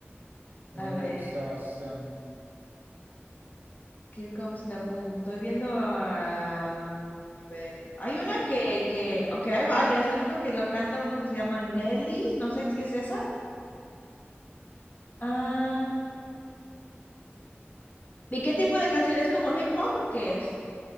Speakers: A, on the right; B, on the left.
A: Esa
B: A
A: me
B: ver,
A: gusta bastante.
B: Here Comes the Boom. Estoy viendo a... A ver, hay una que, que, ok, hay varias. Hay uno que lo canta uno que se llama Nelly, no sé si es esa. Ah, ¿y qué tipo de canción es como hip hop o qué es?